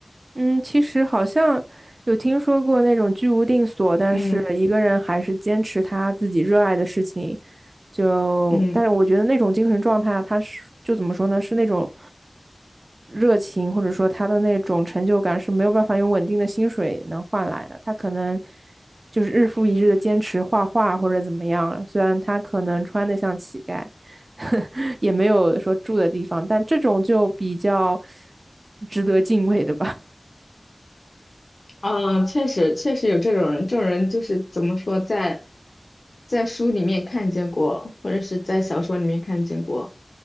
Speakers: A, on the right; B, on the left.
A: 嗯，其实好像有听说过那种居无定所，但是一个人还是坚持他自己热爱的事情，
B: 嗯
A: 就，
B: 嗯。
A: 但是我觉得那种精神状态，他是就怎么说呢，是那种热情，或者说他的那种成就感是没有办法用稳定的薪水能换来的。他可能就是日复一日的坚持画画或者怎么样啊，虽然他可能穿得像乞丐，<laughs> 也没有说住的地方，但这种就比较值得敬畏的吧。
B: 嗯，确实，确实有这种人，这种人就是怎么说，在在书里面看见过，或者是在小说里面看见过，